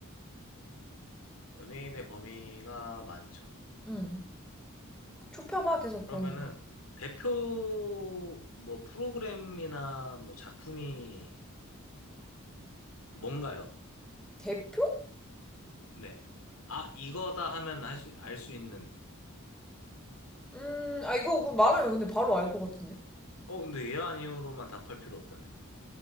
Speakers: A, on the left; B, in the centre.
A: 연예인의 범위가 많죠.
B: 응. 좁혀봐, 계속
A: 그러면은
B: 범위.
A: 대표 뭐 프로그램이나 뭐 작품이 뭔가요?
B: 대표?
A: 네. 아, 이거다 하면 할 수, 알 수 있는.
B: 음, 아, 이거 그 말하면 근데 바로 알 것 같은데?
A: 어, 근데 예 아니요로만 답할 필요 없다며.